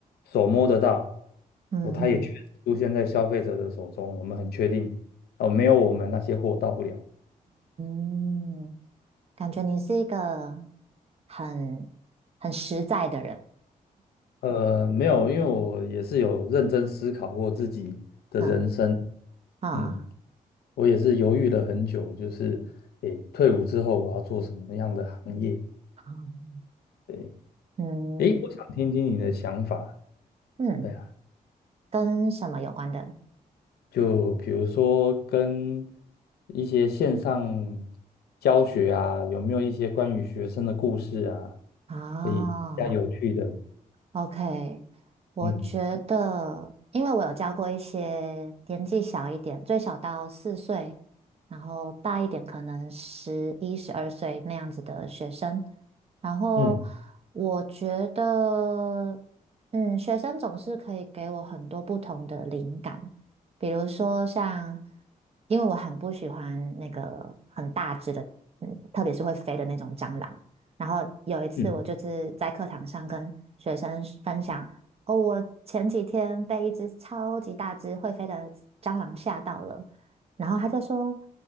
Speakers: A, on the left; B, on the right.
A: 手摸得到，
B: 嗯嗯
A: 哦，他也确实出现在消费者的手中，我们很确定，哦，没有我们那些货到不了。
B: 嗯，感觉你是一个很很实在的人，
A: 呃，没有，因为我也是有认真思考过自己的人生，
B: 嗯啊，
A: 嗯，我也是犹豫了很久，就是诶，退伍之后我要做什么样的行业？
B: 好
A: 对，
B: 嗯。
A: 诶，我想听听你的想法。
B: 嗯，
A: 对啊。
B: 跟什么有关的？
A: 就比如说跟一些线上教学啊，有没有一些关于学生的故事啊，
B: 啊
A: 可以比较有趣的，
B: ，OK，我觉得，
A: 嗯
B: 因为我有教过一些年纪小一点，最小到四岁，然后大一点可能十一、十二岁那样子的学生，然后
A: 嗯
B: 我觉得，嗯，学生总是可以给我很多不同的灵感，比如说像，因为我很不喜欢那个很大只的，嗯，特别是会飞的那种蟑螂。然后有一次我就是在课堂上跟学生分享，
A: 嗯
B: 哦，我前几天被一只超级大只会飞的蟑螂吓到了，然后他就说，